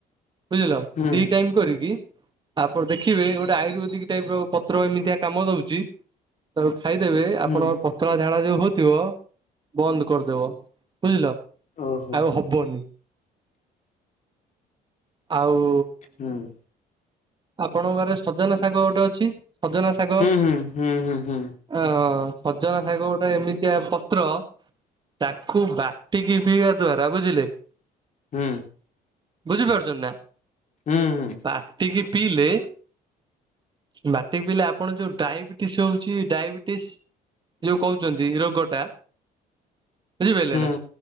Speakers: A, on the right (about 25°); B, on the left (about 45°).
A: ବୁଝିଲ
B: ହୁଁ
A: ଦି ଟାଇମ କରିକି। ଆପଣ ଦେଖିବେ ଗୋଟେ ଆୟୁର୍ବେଦିକ ଟାଇପ ର ପତ୍ର ଏମିତିଆ କାମ ଦଉଛି ତାକୁ ଖାଇଦେବେ
B: ହୁଁ
A: ଆପଣଙ୍କ ପତଳା ଝାଡା ଯୋଉ ହଉଥିବ ବନ୍ଦ କରିଦେବ ବୁଝିଲ।
B: ଓହୋ
A: ଆଉ ହବନି ଆଉ
B: ହୁଁ।
A: ଆପଣଙ୍କ ପାଖରେ ସଜନା ଶାଗ ଗୋଟେ ଅଛି ସଜନା ଶାଗ
B: ହୁଁ
A: ଅ
B: ହୁଁ ହୁଁ ହୁଁ ହୁଁ ହୁଁ
A: ସଜନା ଶାଗ ଗୋଟେ ଏମିତିଆ ପତ୍ର ତାକୁ ବାଟିକି ପିଇବା ଦ୍ଵାରା ବୁଝିଲେ?
B: ହୁଁ।
A: ବୁଝିପାରୁଛନ୍ତି ନା
B: ହୁଁ ହୁଁ
A: ବାଟି କି ପିଇଲେ ବାଟିକି ପିଇଲେ ଆପଣ ଯୋଉ ଡାଇବେ ଟିସ୍ ହଉଛି ଡାଇବେଟିସ୍ ଯଉ କହୁଛନ୍ତି ରୋଗଟା ବୁଝିପାରିଲେ
B: ହୁଁ
A: ନା